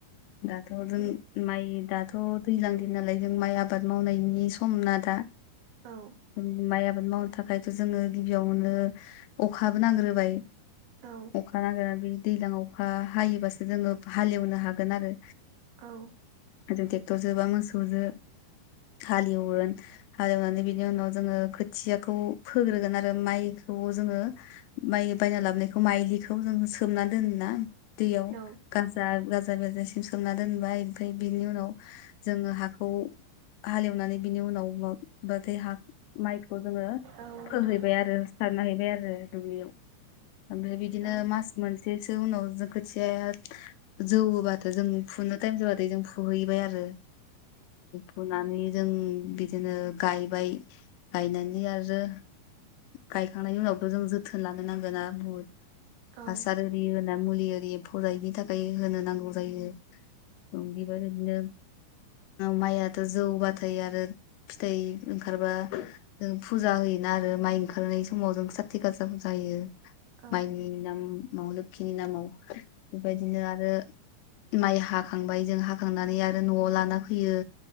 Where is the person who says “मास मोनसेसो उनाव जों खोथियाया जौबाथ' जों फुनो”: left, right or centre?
Left